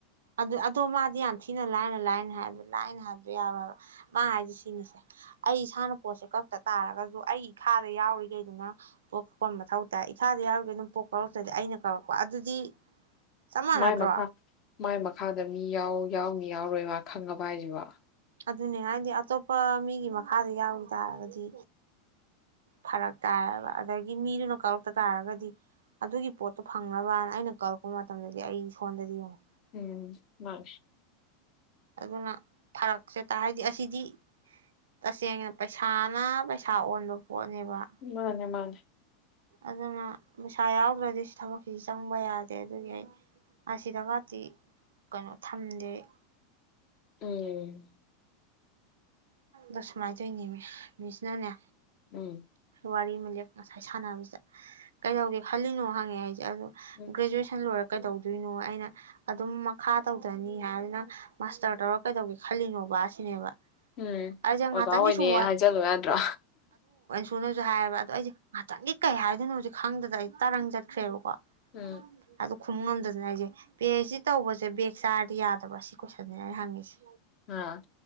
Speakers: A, on the right (about 70°); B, on the left (about 40°).
A: ꯑꯗꯨ ꯑꯗꯣ ꯃꯥꯗꯤ ꯌꯥꯝ ꯊꯤꯅ ꯂꯥꯏꯅ ꯂꯥꯏꯅ ꯍꯥꯏ ꯂꯥꯏꯅ ꯍꯥꯏꯕꯗꯣ ꯌꯥꯔꯣꯏ ꯍꯥꯏꯕ ꯃꯥ ꯍꯥꯏꯁꯤ ꯁꯤꯅꯤꯁꯦ ꯑꯩ ꯏꯁꯥꯅ ꯄꯣꯠꯁꯦ ꯀꯛꯇ ꯇꯥꯔꯒꯁꯨ ꯑꯩ ꯏꯈꯥꯗ ꯌꯥꯎꯔꯤꯈꯩꯗꯨꯅ ꯄꯣꯛ ꯀꯛꯄ ꯃꯊꯧ ꯇꯥꯏ ꯏꯈꯥꯗ ꯌꯥꯎꯔꯤꯈꯩ ꯑꯗꯨꯝ ꯄꯣꯛ ꯀꯛꯔꯛꯇ꯭ꯔꯗꯤ ꯑꯩꯅ ꯀꯛꯔꯛꯄ ꯑꯗꯨꯗꯤ ꯆꯞ ꯃꯥꯟꯅꯗ꯭ꯔꯣ
B: ꯃꯥꯏ ꯃꯈꯥ ꯃꯥꯏ ꯃꯈꯥꯗ ꯃꯤ ꯌꯥꯎ ꯌꯥꯎꯅꯤ ꯌꯥꯎꯔꯣꯏ ꯃꯥ ꯈꯪꯉꯕ ꯍꯥꯏꯁꯤꯕꯣ
A: ꯑꯗꯨꯅꯦ ꯍꯥꯏꯗꯤ ꯑꯇꯣꯞꯄ ꯃꯤꯒꯤ ꯃꯈꯥꯗ ꯌꯥꯎꯒꯤ ꯇꯥꯔꯒꯗꯤ ꯐꯔꯛ ꯇꯥꯏꯑꯦꯕ ꯑꯗꯒꯤ ꯃꯤꯗꯨꯅ ꯀꯛꯂꯛꯇ ꯇꯥꯔꯒꯗꯤ ꯑꯗꯨꯒꯤ ꯄꯣꯠꯇꯣ ꯐꯪꯅꯕꯅ ꯑꯩꯅ ꯀꯛꯂꯛꯄ ꯃꯇꯝꯗꯗꯤ ꯑꯩ ꯁꯣꯟꯗꯗꯤ ꯌꯦꯡꯉꯨ
B: ꯎꯝ ꯃꯥꯅꯤ
A: ꯑꯗꯨꯅ ꯐꯔꯛꯁꯦ ꯇꯥ ꯍꯥꯏꯗꯤ ꯑꯁꯤꯗꯤ ꯇꯁꯦꯡꯅ ꯄꯩꯁꯥꯅ ꯄꯩꯁꯥ ꯑꯣꯟꯕ ꯄꯣꯠꯅꯦꯕ
B: ꯃꯥꯅꯦ ꯃꯥꯅꯦ
A: ꯑꯗꯨꯅ ꯄꯩꯁꯥ ꯌꯥꯎꯗ꯭ꯔꯗꯤ ꯊꯕꯛꯁꯤꯁꯨ ꯆꯪꯕ ꯌꯥꯗꯦ ꯑꯗꯨꯒꯤ ꯑꯩ ꯑꯁꯤꯗ ꯒꯇꯤ ꯀꯩꯅꯣ ꯊꯝꯗꯦ <unintelligible>
B: ꯎꯝ
A: ꯑꯣ ꯁꯨꯃꯥꯏꯇꯣꯏꯅꯦꯃꯤ ꯃꯤꯁꯅꯅꯦ
B: ꯎꯝ
A: ꯋꯥꯔꯤ ꯑꯃ ꯂꯦꯞ ꯉꯁꯥꯏ ꯁꯥꯟꯅꯕꯁꯤꯗ ꯀꯩꯗꯧꯒꯦ ꯈꯜꯂꯤꯅꯣ ꯍꯪꯉꯦ ꯑꯩꯁꯦ ꯑꯗꯨ
B: ꯎꯝ
A: ꯒ꯭ꯔꯦꯖꯨꯌꯦꯁꯟ ꯂꯣꯏꯔꯒ ꯀꯩꯗꯧꯗꯣꯏꯅꯣ ꯑꯩꯅ ꯑꯗꯨꯝ ꯃꯈꯥ ꯇꯧꯗꯅꯤ ꯍꯥꯏꯗꯅ ꯃꯥꯁꯇꯔ ꯇꯧꯔ ꯀꯩꯗꯧꯒꯦ ꯈꯜꯂꯤꯅꯣ ꯕꯥ ꯁꯤꯅꯦꯕ
B: ꯎꯝ
A: ꯑꯩꯁꯦ
B: ꯑꯣꯖꯥ
A: ꯉꯥꯛꯇꯪꯒꯤ
B: ꯑꯣꯏꯅꯦ
A: ꯁꯨꯝ
B: ꯍꯥꯏꯖꯜꯂꯨ ꯌꯥꯗ꯭ꯔꯣ
A: ꯁꯨꯅꯁꯨ ꯍꯥꯏꯌꯦꯕ ꯑꯗꯣ ꯑꯩꯁꯤ ꯉꯥꯛꯇꯪꯗꯤ ꯀꯩ ꯍꯥꯏꯗꯣꯏꯅꯣꯁꯦ ꯈꯪꯗꯗ ꯑꯩ ꯇꯥꯔꯪ ꯆꯠꯈ꯭ꯔꯦꯕꯀꯣ
B: ꯎꯝ
A: <unintelligible> ꯈꯨꯝ ꯉꯝꯗꯗꯅ ꯑꯩꯁꯦ ꯄꯤ ꯍꯩꯁ ꯗꯤ ꯇꯧꯕꯁꯦ ꯕꯦꯛ ꯆꯥꯔꯗꯤ ꯌꯥꯗꯕ ꯁꯤ ꯀꯣꯏꯁꯟꯅꯦ ꯑꯩꯅ ꯍꯪꯉꯤꯁꯦ
B: ꯑ